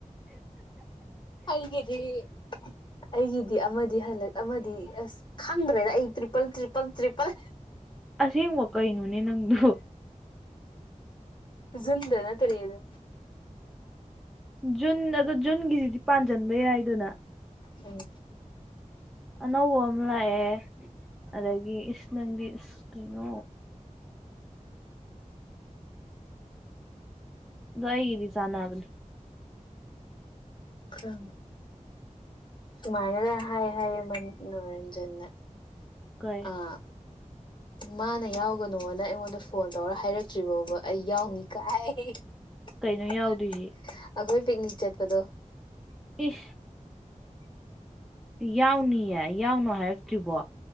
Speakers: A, on the left; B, in the centre.
A: ꯍꯒꯗꯦꯒꯤꯗ ꯑꯃꯗꯤ ꯍꯜꯂꯛ ꯑꯃꯗꯤ ꯑꯁ ꯈꯪꯗ꯭ꯔꯦꯗ ꯑꯩ ꯇ꯭ꯔꯤꯄꯜ ꯇ꯭ꯔꯤꯄꯜ ꯇ꯭ꯔꯤꯄꯜ
B: ꯁꯦꯡ ꯋꯥ ꯀꯥꯏꯩꯅꯨꯅꯦ ꯅꯪꯗꯨ
A: ꯖꯗꯗ ꯇꯔꯤꯗ
B: ꯖꯨꯟ ꯑꯗꯣ ꯖꯨꯟꯒꯤꯁꯤꯗꯤ ꯄꯥꯟꯁꯤꯟꯕꯩ ꯌꯥꯏꯗꯅ
A: ꯎꯝ
B: ꯑꯅꯧꯕ ꯑꯃ ꯂꯥꯛꯑꯦ ꯑꯗꯒꯤ ꯏꯁꯁ ꯅꯪꯗꯤ ꯏꯁ ꯀꯩꯅꯣ ꯣꯏꯔꯤ ꯆꯅ ꯑꯗꯨꯅꯤ
A: ꯑ ꯁꯨꯃꯥꯏꯅꯗ ꯍꯥꯏꯌꯦ ꯍꯥꯏꯌꯦ ꯃꯔꯅ ꯆꯟꯅ
B: ꯀꯩ
A: ꯑ ꯃꯥꯅ ꯌꯥꯎꯒꯅꯨꯅ ꯑꯩꯉꯣꯟꯗ ꯐꯣꯟ ꯇꯧꯔ ꯍꯥꯏꯔꯛꯇ꯭ꯔꯤ ꯐꯥꯎꯕ ꯑꯩ ꯌꯥꯎꯅꯤ ꯀꯥꯏ ꯑꯩꯈꯣꯏ
B: ꯀꯩꯅꯣ ꯌꯥꯎꯗꯣꯏꯁꯤ
A: ꯄꯤꯛꯅꯤꯛ ꯆꯠꯄꯗꯣ
B: ꯏꯁ ꯌꯥꯎꯅꯤꯌꯦ ꯌꯥꯎꯅꯣ ꯍꯥꯏꯔꯛꯇ꯭ꯔꯤꯕꯣ